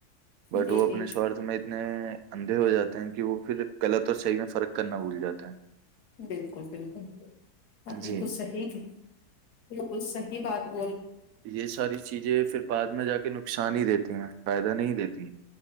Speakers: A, on the right; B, on the left.
A: بٹ
B: جی
A: وہ
B: جی
A: اپنے
B: جی
A: سوارھ میں اتنے اندھے ہو جاتے ہیں کہ وہ پھر غلط اور صحیح میں فرق کرنا بھول جاتا ہیں
B: بالکل بالکل ب بکل
A: جی
B: صحیح بالکل صحی بات روم
A: یہ ساری چیزیں پھر بعد میں جا کے ن نقشانی ہی دیتے ہیں فائدہ نہیں دیتی ہیں